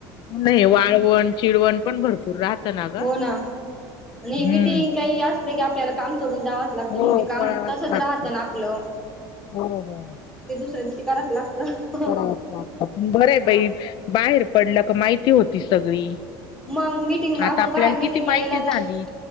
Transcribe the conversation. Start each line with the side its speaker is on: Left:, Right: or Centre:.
Left: नाही, वाळवण चिडवण पण भरपूर राहतं ना. ग.
Centre: हो ना,, आणि
Left: हम्म
Centre: मिटिंग काही अस ली की आपल्याला काम सोडून जावंच लागतं,
Left: हो
Centre: मग ते काम
Left: पळावाच
Centre: तसच
Left: लागत
Centre: राहतं ना आपलं.
Left: हो हो
Centre: ते दुसऱ्या दिवशी करायच लागतं.
Left: करावच लागतं, पण बरंय
Centre: हा
Left: बाई, बाहेर पडलं का माहिती होती सगळी.
Centre: मग मीटिंग आपण
Left: आता आपल्याला
Centre: बाहेर मिटिंगला
Left: किती माहिती
Centre: यायला
Left: झाली,
Centre: जाय